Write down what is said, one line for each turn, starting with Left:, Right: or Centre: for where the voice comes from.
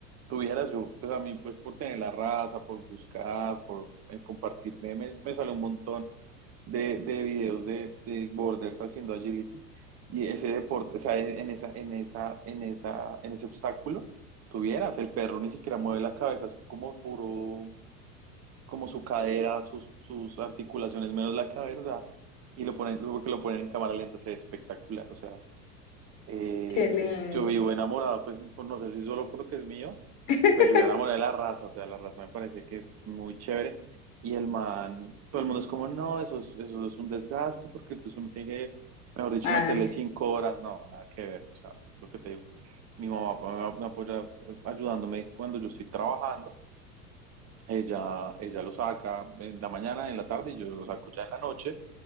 Right: tuvieras yo, pues a mí, pues por tener la raza, por buscar, por eh, compartir memes, me sale un montón de, de videos de, de borders haciendo agility. Y ese deporte, o sea, en, en esa, en esa, en esa, en ese obstáculo, tuvieras, el perro ni siquiera mueve la cabeza, es como puro como su cadera, sus, sus articulaciones, menos la cabeza, o sea, y lo ponen, porque lo ponen en cámara lenta, se ve espectacular, o sea, eh,
Left: Qué lindo.
Right: yo vivo enamorado, pues por- no sé si solo por lo que es mío,
Left: <laughs>
Right: pero yo vivo enamorado de la raza, o sea, la raza me parece que es muy chévere, y el man, todo el mundo es como, no, eso es, eso es un desgaste, porque entonces uno tiene que, mejor dicho,
Left: Ay,
Right: meterle cinco horas, no, nada que ver, o sea, lo que te digo, mi mamá pues, me, me apoya eh, ayudándome cuando yo estoy trabajando, ella, ella lo saca en la mañana, en la tarde y yo lo saco ya en la noche.